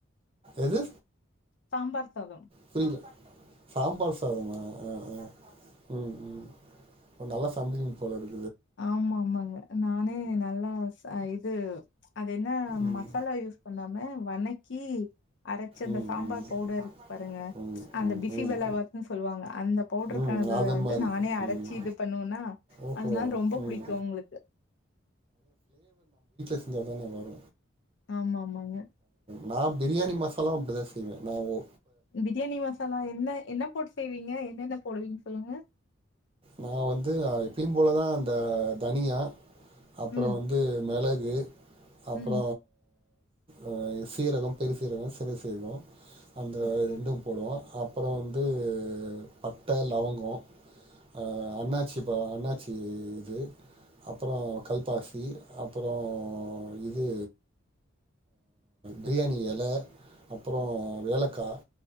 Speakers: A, on the right; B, on the left.
A: எது
B: சாம்பார் சாதம்
A: புரியல சாம்பார் சாதமா ஆ ஆ ம் ம் ஒரு நல்லா சந்தல போலதுக்
B: ஆமா ஆமாங்க நானே நல்லா ச இது அது என்ன
A: ம்
B: மசாலா யூஸ் பண்ணாம வன்னை கி அரைச்சு அந்த
A: ம்
B: சாம்பார்
A: ம் ம்
B: பவுடர் இருக்கு பாருங்க
A: ம்
B: அந்த பிசி
A: ம்
B: வெலா பாத்ன்னு சொல்லுவாங்க அந்த பவுடருக்கான
A: ம் ம் அது
B: வந்து
A: மாரி
B: நானே அரைச்சு
A: ம்
B: இது பண்ணுவனா
A: ஓஹோ
B: அதனால ரொம்ப
A: ம்
B: புடிக்கு உங்களுக்கு
A: ப ந பார
B: ஆமாமா அங்க
A: நா பிரியாணி மசாலா அப்டிதா செய்வே நா ஒ
B: பிரியாணி மசாலா என்ன என்னா போட்டு செய்வீங்க என்னன்ன போடுவீங் சொல்லுங்க
A: நா வந்து எப்பயு போலதா அந்த தனியா அப்பறோ
B: ம்
A: வந்து மெள கு அப்பற
B: ம்
A: ஆ சீரகம் பெருசீரகம் சின்ன சீரக அந்த
B: ஓகே
A: ரெண்டும் போடுவோ அப் அப்புற வந்து பட்ட லவங்க ஆ அண்ணாச்சி ப அண்ணாச்சி இது அப்பற கல்பாசி அப்பற இது பிரியாணி எலை அப்பற ஏலக்கா